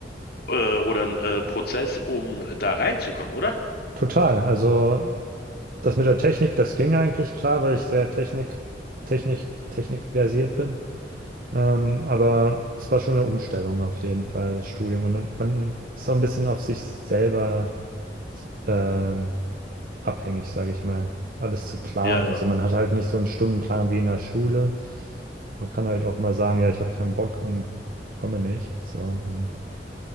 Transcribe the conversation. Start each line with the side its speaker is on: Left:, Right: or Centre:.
Left: äh, oder ein äh, Prozess, um da reinzukommen, oder?
Right: Total. Also Das mit der Technik, das ging eigentlich klar, weil ich sehr Technik, Technik, Technik versiert bin. Ähm, aber es war schon eine Umstellung auf jeden Fall, das Studium. Und man ist auch ein bisschen auf sich selber ähm, abhängig, sage ich mal, alles zu planen
Left: Ja, ja.
Right: und so. Man hat halt nicht so einen Stundenplan wie in der Schule. Man kann halt auch mal sagen, ja, ich habe keinen Bock und komme nicht. So, und